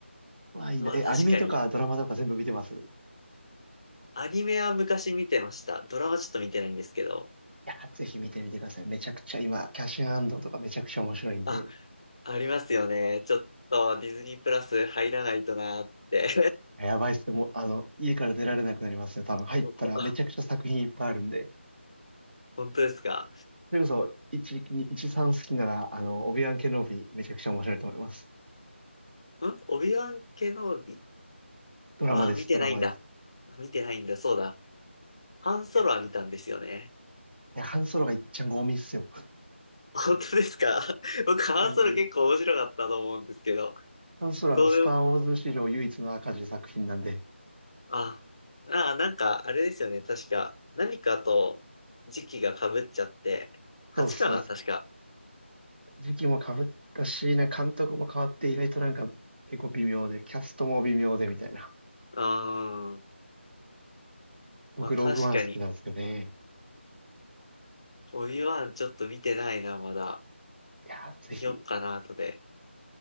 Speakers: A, on the right (about 50°); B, on the left (about 25°).
A: まあいいな。
B: まあ確かに。
A: え、アニメとかドラマとか全部見てますい
B: アニメは昔見てました。ドラマちょっと見てないんですけど。
A: やー、ぜひ見てみてください。めちゃくちゃ今、キャッシュアンドとかめちゃくちゃ面白いんで。
B: あ、ありますよね。ちょっとディズニープラス入らないとなーって。
A: やばいっすね。もう、あの、家から出られなくなりますね。多分入ったらめちゃくちゃ作品いっぱいあるんで。
B: <laughs> 本当ですか。
A: それこそ、1、2 1、3好きなら、あの、オビワン・ケノビー、めちゃくちゃ面白いと思います。
B: んオビワン系のび、
A: ドラマです、
B: わ見てないんだ。
A: ドラマです。
B: 見てないんだ、そうだ。ハンソロは見たんですよね。
A: いや、いやハンソロがいっちゃんゴミっすよ。
B: 本当ですか <laughs> 僕、ハンソロ結構面白かったと思うんですけど、
A: なんゴミっすハンソロはあの、
B: そう
A: スター・ウォーズ史上唯一の赤字作品なんで、
B: あ、ああ、なんか、あれですよね。確か、何かと時期が被っちゃって、8かな、
A: そうそうそ
B: 確か。
A: う、時期も被ったし、なんか監督も変わって、意外となんか、結構微妙で、キャストも微妙で、みたいな。
B: ああ
A: 僕、
B: まあ確かに、
A: ローグワン好きなんですよね。
B: オビワンちょっと見てないな、まだ。
A: いやー、
B: 見よっかな、
A: ぜひ、
B: 後で。